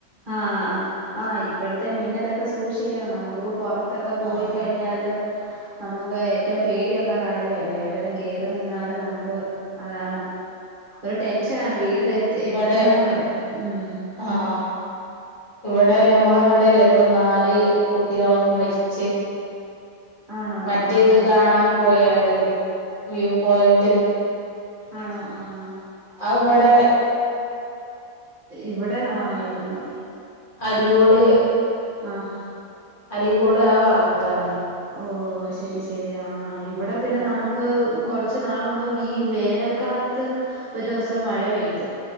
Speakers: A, on the right; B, on the left.
A: ആഹ് ആഹ് ഇപ്പോഴത്തെ മിന്നലക്കെ സൂക്ഷിക്കണം നമുക്കിപ്പൊ പൊറത്ത് ത്തക്കെ പോയിക്കഴിഞ്ഞാലും
B: ആഹ്
A: നമുക്ക് ഏറ്റോം പേടിയൊള്ള കാര്യവല്ലേ എവിടേലും കേറി നിന്നാലും നമുക്ക് അതാണ് ഒര് ടെൻഷനാണ് വീട്ടിലെത്തി
B: ഇവിടെ
A: എത്ത്ന്നടം വരെ ഉം
B: ആഹ് ഇവ്ടെ നമ്മളെവിടെല്ലേ ഇപ്പന്നാല് കുട്ടികളും മരിച്ച്
A: ആണോ
B: മറ്റേത്
A: ആഹ്
B: കാണാൻ പോയാണ്ട് വ്യൂ പോയന്റ്
A: ആണോ ആഹ്
B: അവ്വ്ടേ
A: ഇവിടെ ആഹ് ഇവ്
B: അരികോട്
A: ആഹ്
B: അരികോട് ആഹ് ഭാഗത്താണ്
A: ഓഹ് ശെരി ശെരി ആഹ് ഇവിടെ പിന്നെ നമുക്ക് കൊറച്ച് നാള് മുമ്പ് ഈ വേനൽ കാലത്ത് ഒരൊസം മഴ പെയ്ത്